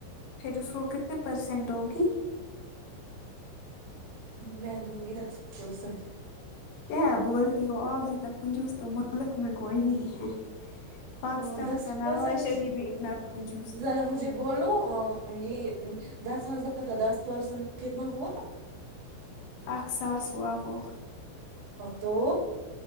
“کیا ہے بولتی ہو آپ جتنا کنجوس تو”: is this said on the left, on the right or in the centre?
Left